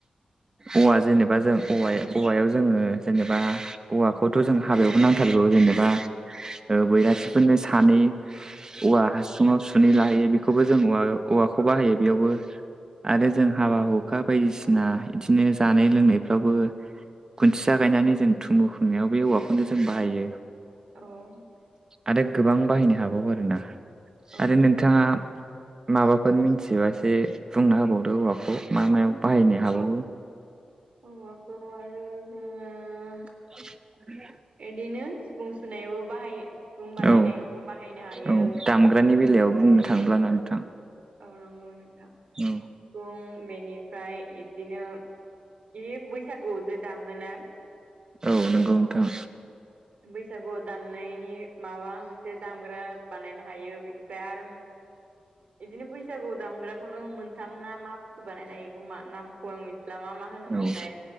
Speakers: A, on the right; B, on the right.
A: औवा जेनेबा जों औव औवायाव जोङो जेनेबा औवाखौथ' जों हाबायावबो नांथारगौ जेनेबा बैरासिफोरनो सानै औवा
B: अ
A: हासुङाव सुनै लाहैयो बेखौबो जों औवा औवाखौ बाहायो बेयावबो आरो
B: औ
A: जों हाबा हु अखा बायदिसिना बिदिनो जानाय लोंनायफ्रावबो गुन्थिया गायनानै जों थुमु खुंनायाव बे औवाखौनो जों बाहायो
B: औ
A: आरो गोबां बाहायनो हाबावो आरोोना
B: औ
A: आरो नोंथाङा
B: नंगौ
A: माबाफोर मिथिबा एसे बुंना होबावदो औौवाखौ मा मायाव बाहायनो हाबावो
B: अ माथ आरो आ
A: <inaudible>
B: बिदिनो सिफुं सुनायावबो बाहायो दुं बानायनायावबो
A: औ
B: बाहायनो हायो
A: औ दामग्रानि बेलायाव बुंनो थाङोब्लाना
B: अ
A: नोंथां
B: औनांगौ नोंथां
A: औ
B: फ बेनिफ्राय बिदिनो बे बैसागुआव ज दामोना
A: औ नोंगौ नोंथां
B: बैसागुआव दामनायनि माबा मोनसे दामग्रा बानायनो हायो बेनिफ्राय आरो मोनसे बिदिनो बैसागु दामग्राखौनो मोनथाम ना मा बुस्थु बानायनाय हायो होमा नामखौ आं मिथिला मा मा होनोमोनथाय
A: औ